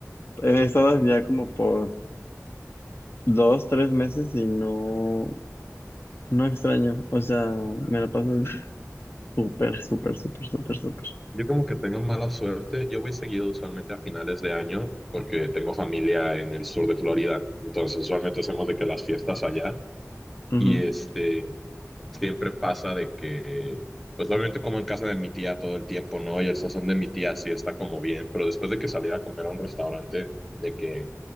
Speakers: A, on the left; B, in the centre.
A: he estado ya como por dos, tres meses y no, no extraño, o sea, me la paso Súper, súper, súper, súper, súper.
B: Yo como que tengo mala suerte. Yo voy seguido usualmente a finales de año porque tengo familia en el sur de Florida. Entonces usualmente hacemos de que las fiestas allá.
A: Ujú.
B: Y este, siempre pasa de que, pues obviamente como en casa de mi tía todo el tiempo, ¿no? Y el sazón de mi tía sí está como bien, pero después de que saliera a comer a un restaurante, de que